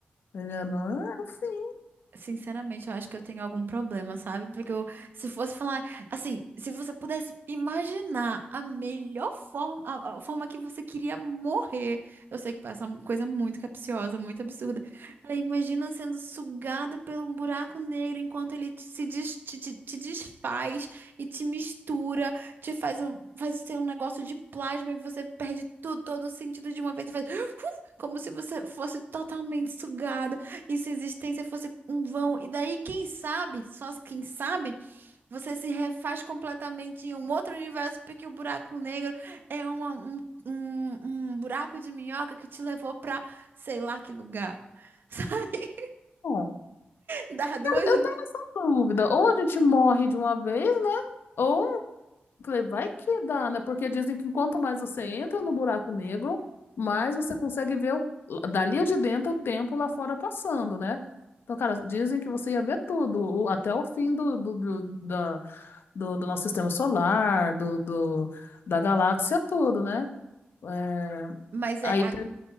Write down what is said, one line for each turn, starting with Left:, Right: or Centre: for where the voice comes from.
Left: Ele, é, não, é o fim.
Right: Sinceramente, eu acho que eu tenho algum problema, sabe? Porque eu, se fosse falar, assim, se você pudesse imaginar a melhor forma, a, a forma que você queria morrer, eu sei que parece uma coisa muito capciosa, muito absurda. Falei, imagina sendo sugada pelo um buraco negro enquanto ele te- se des- te, te, te desfaz e te mistura, te faz, um- faz ser um negócio de plasma e você perde tudo, todo o sentido de uma vez e faz, <laughs> <gasps> como se você fosse totalmente sugada. E se a existência fosse um vão, e daí, quem sabe, só quem sabe, você se refaz completamente em um outro universo, porque o buraco negro é uma- um, um, um buraco de minhoca que te levou pra sei lá que lugar. <laughs> Sabe?
Left: Bom,
Right: Dar duas,
Left: Eu
Right: um.
Left: tenho essa dúvida. Ou a gente morre de uma vez, né? ou Falei, vai que dá, né? Porque dizem que quanto mais você entra no buraco negro, mais você consegue ver o- dali de dentro o tempo lá fora passando, né? Então, cara, dizem que você ia ver tudo, o- até o fim do, do, do, da- do, do nosso sistema solar, do, do- da galáxia, tudo, né? É,
Right: Mas
Left: aí
Right: é a-
Left: tem.